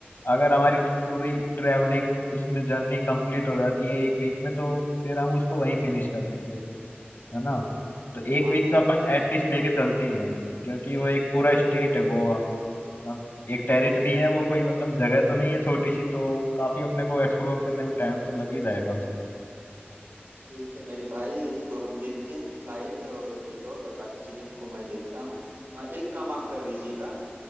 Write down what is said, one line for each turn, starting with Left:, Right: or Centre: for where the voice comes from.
Left: अगर हमारी पूरी ट्रैवलिंग उसमें जर्नी कंप्लीट हो जाती है एक वीक में तो फिर हम उसको वहीं फिनिश कर देंगे है ना तो एक
Right: हाँ
Left: वीक
Right: ठीक
Left: का अपन
Right: है ठीक
Left: एटलीस्ट
Right: है
Left: लेके चलते ही हैं क्योंकि वो एक पूरा स्टेट है गोवा हम एक टेरिटरी है वो कोई मतलब जगह तो नहीं है छोटी सी तो काफी अपने को एक्सप्लोर करने में टाइम तो लग ही जाएगा उसे
Right: ठीक है मेरे भाई तो हम देखते हैं फ्लाइट और रिजॉर्ट और बाकी चीजों को मैं देखता हूँ अ, एक काम आप कर लीजिएगा